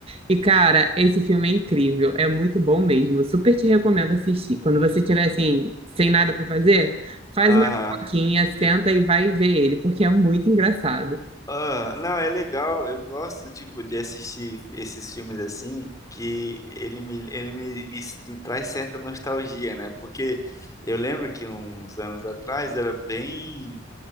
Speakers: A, on the right (about 30°); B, on the left (about 15°).
A: E, cara, esse filme é incrível, é muito bom mesmo. Super te recomendo assistir. Quando você tiver, assim, sem nada para fazer, faz
B: Aham.
A: uma pipoquinha, senta e vai ver ele, porque é muito engraçado.
B: Ah, não, é legal. Eu gosto, tipo, de assistir esses filmes assim, que ele me, ele me, me, me traz certa nostalgia, né? Porque eu lembro que uns anos atrás era bem